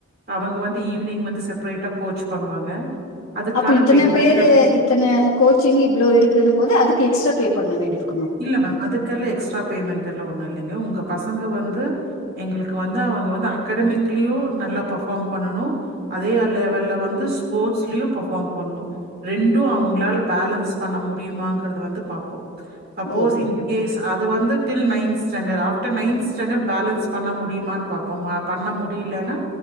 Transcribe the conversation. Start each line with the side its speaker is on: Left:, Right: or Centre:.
Right: அவங்க வந்து ஈவினிங் வந்து செப்ரேட்டா கோச் பண்ணுவாங்க அதுக்கான
Left: அப்ப இத்தனை
Right: பேமெண்டல்
Left: பேரு இத்தனை கோச்சிங்ன்னு இவ்ளோ இருக்குன்னும் போது அதுக்கு எக்ஸ்ட பே பண்ண வேண்டியிரு
Right: இல்ல மேம் அதுக்கெல்லா எக்ஸ்ட்ரா பேமெண்ட் எல்லா ஒண்ணு இல்லைங்க உங்க பசங்க வந்து எங்களுக்கு வந்து அவங்க வந்து அக்காடமிகிலியு நல்லா பர்ஃபாம் பண்ணணு அதே லெவல்ல வந்து ஸ்போட்ஸ்லயும் பர்ஃபாம் பண்ணணு ரெண்டு அவுங்களால பேலன்ஸ் பண்ண முடியுமாங்கிறத வந்து பாப்போ suppose
Left: okay
Right: in case
Left: okay ma'am
Right: அது வந்து till ninth standard after ninth standard balance பண்ண முடியுமான் பாப்போம் அப் பண்ண முடியலனா